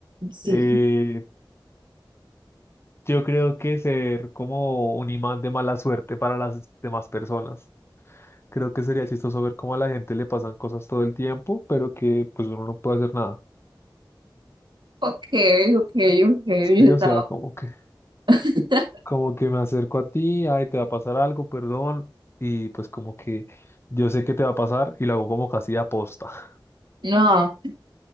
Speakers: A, on the right; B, on the left.
A: Sí.
B: Eh, yo creo que ser como un imán de mala suerte para las demás personas. Creo que sería chistoso ver cómo a la gente le pasan cosas todo el tiempo, pero que pues uno no puede hacer nada.
A: Ok, ok, ok,
B: Sí,
A: estaba-
B: o sea, como que
A: <laughs>
B: como que me acerco a ti, ay, te va a pasar algo, perdón, y pues como que yo sé que te va a pasar y lo hago como casi aposta. <laughs>
A: No,